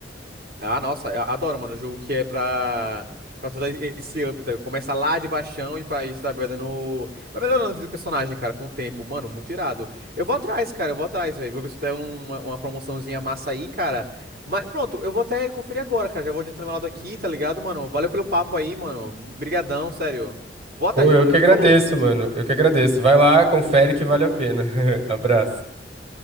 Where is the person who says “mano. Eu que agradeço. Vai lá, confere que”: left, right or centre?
Right